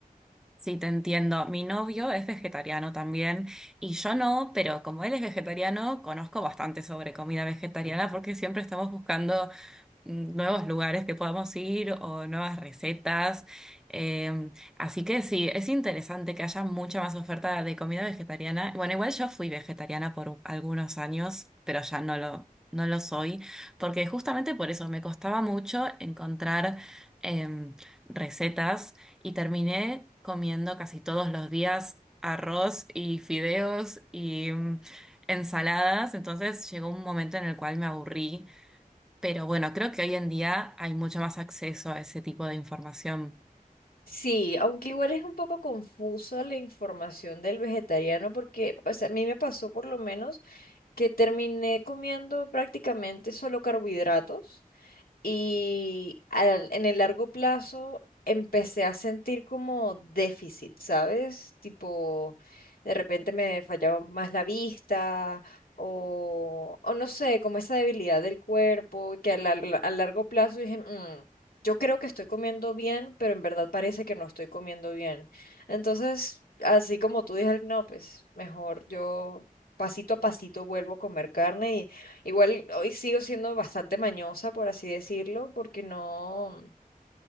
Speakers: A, in the centre; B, on the left (about 75°).
A: Sí, te entiendo. Mi novio es vegetariano también y yo no, pero como él es vegetariano, conozco bastante sobre comida vegetariana porque siempre estamos buscando nuevos lugares que podamos ir o nuevas recetas. Eh, así que sí, es interesante que haya mucha más oferta de comida vegetariana. Bueno, igual yo fui vegetariana por algunos años, pero ya no lo, no lo soy, porque justamente por eso me costaba mucho encontrar em, recetas y terminé comiendo casi todos los días arroz y fideos y mm, ensaladas. Entonces llegó un momento en el cual me aburrí. Pero bueno, creo que hoy en día hay mucho más acceso a ese tipo de información.
B: Sí, aunque igual es un poco confusa la información del vegetariano porque pues, a mí me pasó por lo menos que terminé comiendo prácticamente solo carbohidratos y al- en el largo plazo empecé a sentir como déficit, ¿sabes? Tipo, de repente me fallaba más la vista o, o no sé, como esa debilidad del cuerpo que a, la- a largo plazo dije, "Mm, yo creo que estoy comiendo bien, pero en verdad parece que no estoy comiendo bien. Entonces, así como tú dije, no, pues mejor yo... Pasito a pasito vuelvo a comer carne Igual hoy sigo siendo bastante mañosa, por así decirlo, porque no